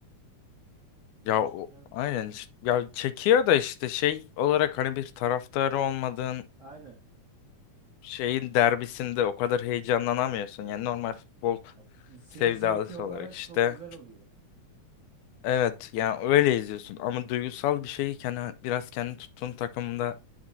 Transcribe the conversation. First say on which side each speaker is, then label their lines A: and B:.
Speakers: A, on the left (about 85°); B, on the right (about 45°).
A: Ya
B: Başka?
A: o- aynen işte- ya çekiyor da işte şey olarak hani bir taraftarı olmadığın
B: Aynen.
A: şeyin derbisinde o kadar heyecanlanamıyorsun. Yani normal futbol
B: Ya, seyir
A: sevdalısı
B: zevki olarak
A: olarak işte.
B: çok güzel oluyor.
A: Evet yani öyle izliyorsun ama duygusal bir şeyi kendi, biraz kendi tuttuğun takımda